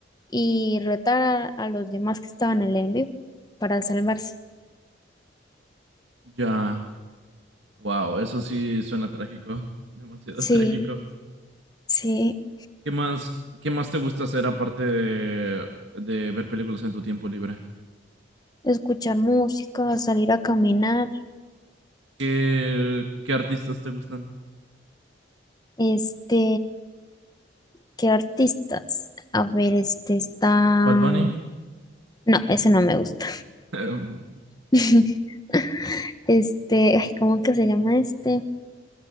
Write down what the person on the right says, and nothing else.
Ya. Wow, eso sí suena trágico. <laughs> Demasiado
trágico.
¿Qué más, qué más te gusta hacer aparte de, de ver películas en tu tiempo libre?
¿Qué, qué artistas te gustan?
¿Bad Bunny?
<laughs>